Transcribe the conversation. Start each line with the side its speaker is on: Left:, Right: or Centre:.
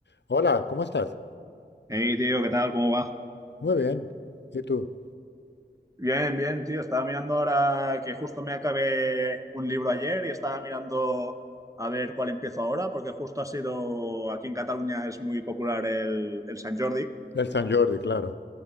Left: Hola, ¿cómo estás?
Right: Hey, tío, ¿qué tal? ¿Cómo va?
Left: Muy bien. ¿Y tú?
Right: Bien, bien, tío. Estaba mirando ahora que justo me acabé un libro ayer y estaba mirando a ver cuál empiezo ahora, porque justo ha sido, aquí en Cataluña es muy popular el, el Sant Jordi.
Left: El San Jordi, claro.